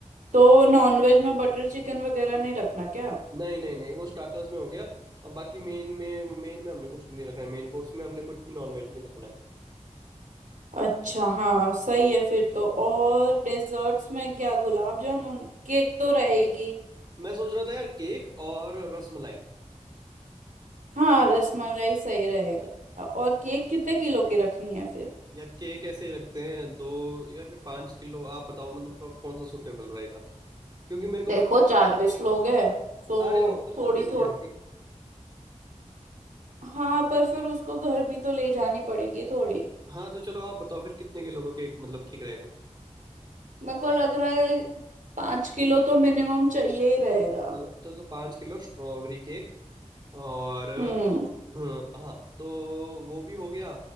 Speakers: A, on the right (about 90°); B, on the right (about 35°).
A: तो नॉनवेज में बटर चिकन वगैरह नहीं रखना क्या
B: नहीं नहीं नहीं वो स्टार्टर्स में हो गया अब बाकी मेन में मेन में हमने कुछ नहीं रखना है मेन कोर्स में हमने कुछ भी नॉन वेज नहीं रखना है
A: अच्छा हाँ सही है फिर तो और डेजर्ट्स में क्या गुलाब जामुन केक तो रहेगी
B: मैं सोच रहा था यार केक और रसमलाई
A: हाँ रसमलाई सही रहेगा और केक कितने किलो की रखनी है फिर
B: यार केक ऐसे ही रखते हैं दो या फिर पाँच किलो आप बताओ मतलब कौन सा सूटेबल रहेगा क्योंकि मेरे को
A: देखो
B: पता
A: चालीस लोग हैं तो
B: सारे लोग तो
A: थोड़ी
B: खाते नहीं
A: थोड़ी
B: यार
A: हाँ पर फिर उसको घर भी तो ले जानी पड़ेगी थोड़ी
B: हाँ तो चलो आप बताओ फिर कितने किलो का केक मतलब ठीक रहेगा
A: मेरे को लग रहा है पाँच किलो तो मिनिमम चाहिए ही रहेगा
B: चलो चलो तो पाँच किलो स्ट्रॉबेरी केक और अ,
A: हम्म
B: हाँ तो वो भी हो गया